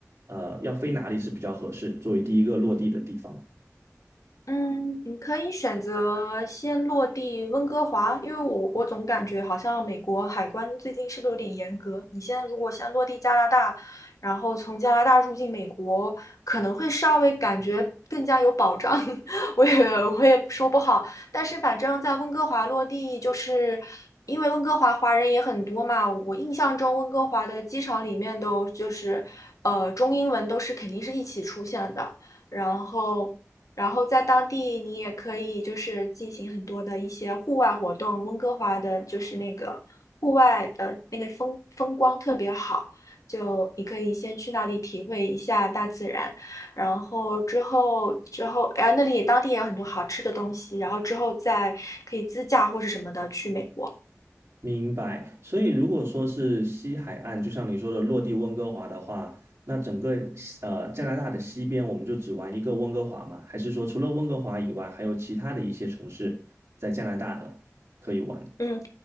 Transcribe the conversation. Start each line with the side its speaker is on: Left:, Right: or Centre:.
Right: 呃，要飞哪里是比较合适，作为第一个落地的地方？
Left: 嗯，你可以选择先落地温哥华，因为我我总感觉好像美国海关最近是不是有点严格？你现在如果先落地加拿大，然后从加拿大入境美国，可能会稍微感觉更加有保障。<laughs> 我也我也说不好，但是反正在温哥华落地，就是因为温哥华华人也很多嘛，我印象中温哥华的机场里面都就是呃中英文都是肯定是一起出现的。然后然后在当地你也可以就是进行很多的一些户外活动。温哥华的就是那个户外的那个风风光特别好，就你可以先去那里体会一下大自然，然后之后之后，哎，那里当地也有很多好吃的东西，然后之后再可以自驾或是什么的去美国。
Right: 明白，所以如果说是西海岸，就像你说的落地温哥华的话，那整个西呃加拿大的西边，我们就只玩一个温哥华吗？还是说除了温哥华以外，还有其他的一些城市在加拿大的可以玩？
Left: 嗯。